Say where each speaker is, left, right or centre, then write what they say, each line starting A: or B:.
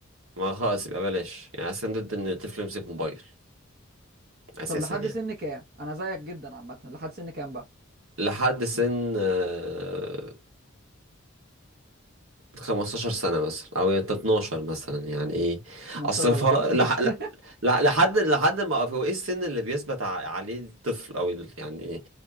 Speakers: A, on the right; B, on the right.
A: ما خلاص يبقى بلاش يعني اصلا ضد ان الطفل يمسك موبايل اساسا
B: طب لحد
A: يعني
B: سن كام انا زيك جدا عامه لحد سن كام بقى
A: لحد سن آه، 15 سنة مثلا أو 12 مثلا يعني إيه
B: 12
A: أصل
B: ولا
A: فرق
B: 15
A: لح... لح... لحد لحد ما هو إيه السن اللي بيثبت ع- عليه الطفل أو ال- يعني إيه